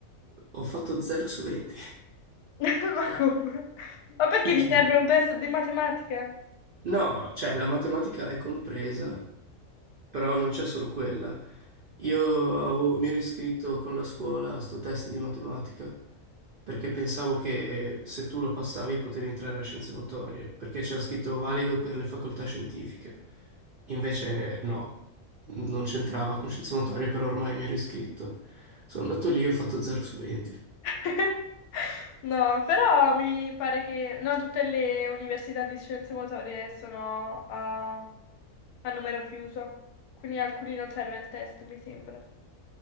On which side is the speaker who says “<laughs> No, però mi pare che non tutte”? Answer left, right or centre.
Left